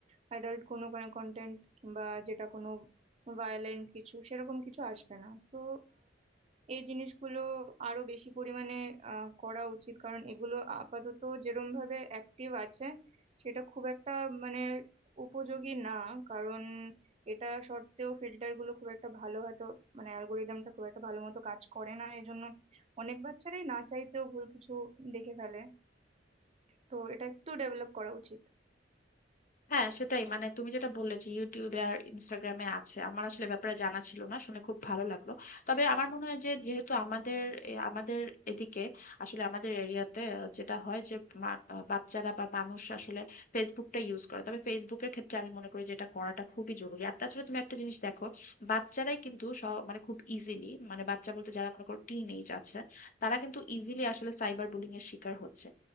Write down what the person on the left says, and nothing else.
হ্যাঁ সেটাই মানে তুমি যেটা বললে যে ইউটিউবে আর ইনস্টাগ্রামে আছে আমার আসলে ব্যাপারে জানা ছিল না শুনে খুব ভালো লাগলো তবে আমার মনে হয় যে যেহেতু আমাদের এ, আমাদের এদিকে আসলে আমাদের এরিয়াতে যেটা হয় যে মা- আহ, বাচ্চারা বা মানুষ আসলে ফেসবুকটা ইউজ করে তবে ফেসবুকের ক্ষেত্রে আমি মনে করি যে এটা করাটা খুবই জরুরি আর তাছাড়া তুমি একটা জিনিস দেখো বাচ্চারাই কিন্তু সব- মানে খুব ইজিলি মানে বাচ্চা বলতে যারা মনে করো টিন এজ আছে তারা কিন্তু ইজিলি আসলে সাইবার বুলিং এর শিকার হচ্ছে